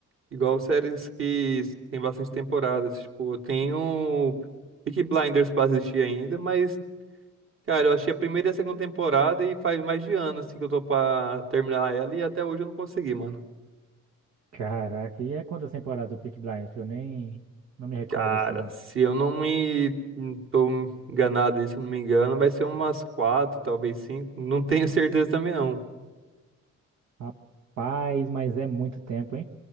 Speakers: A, on the right; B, on the right.
A: Igual séries que s- tem bastante temporadas, tipo, tem o Peaky Blinders pra assistir ainda, mas Cara, eu achei a primeira e a segunda temporada e faz mais de ano, assim, que eu tô pra terminar ela e até hoje eu não consegui, mano.
B: Caraca, e é quantas temporadas do Peaky Blinders que eu nem não me recordo,
A: Cara,
B: assim.
A: se eu não me não tô enganado, aí, se eu não me engano, vai ser umas quatro, talvez cinco. Não tenho <laughs> certeza também, não.
B: Rapaz, mas é muito tempo, hein?